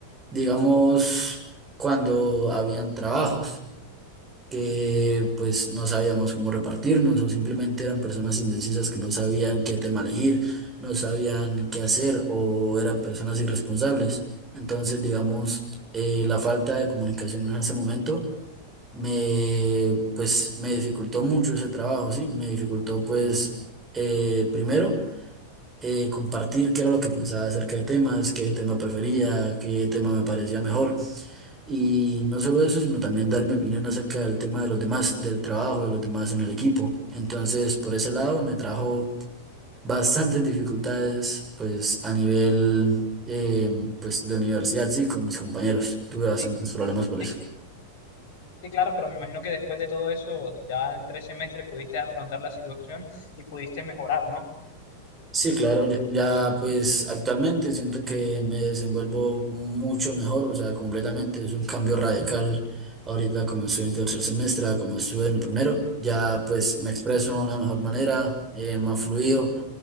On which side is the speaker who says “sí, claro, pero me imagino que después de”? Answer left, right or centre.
Left